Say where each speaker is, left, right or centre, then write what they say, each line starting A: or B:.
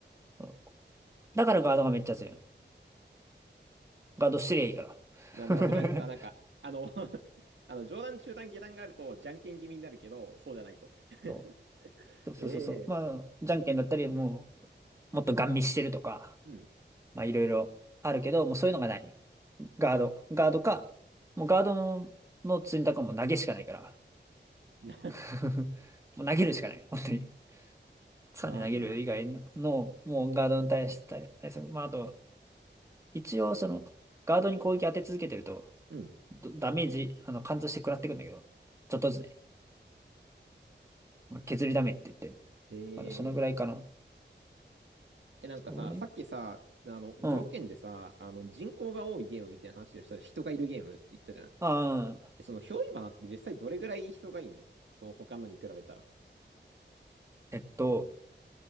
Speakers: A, on the right (about 15°); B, on the right (about 80°).
A: そうだからガードがめっちゃ強いの。ガードしてりゃいいから。
B: あ、なるほどね。
A: <laughs>
B: あ、なんか、あの <laughs> あの、上段、中段、下段があると、じゃんけん気味になるけど、そうじゃないと。
A: そ
B: <laughs>
A: うそうそうそうそう。
B: ええ、
A: まあ、じゃんけんだったり、もう、もっとガン見してるとか、
B: <laughs> うん。
A: まあ、いろいろあるけど、もうそういうのがないね。ガード。ガードか、もうガードの選択はもう投げしかないから。
B: な、
A: <laughs> もう投げるしかない。本当に。3で投げる以外の、
B: 投げなんだ。
A: もうガードに対して、対策、まあ、あと、一応その、ガードに攻撃当て続けてると、
B: うん。
A: どダメージ、あの、貫通して食らってくんだけど、ちょっとずつね、まあ削りダメって言って、
B: へ
A: まだそのぐらいかな。
B: え。え、なんかさ、
A: それ
B: さっきさ、あの、条件でさ、
A: うん。
B: あの、人口が多いゲームみたいな話をしたら、人がいるゲームって言ったじゃん。
A: ああ、
B: えその、憑依花って実際どれぐらい人がいんのその、他のに比べたら。
A: えっと、